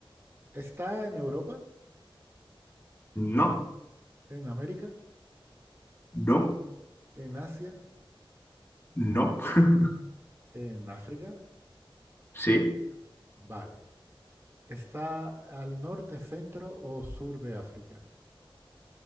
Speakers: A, on the right; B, on the left.
A: ¿Está en Europa?
B: No,
A: ¿En América?
B: no,
A: ¿En Asia?
B: no. <laughs>
A: ¿En África?
B: Sí.
A: Vale. ¿Está al norte, centro o sur de África?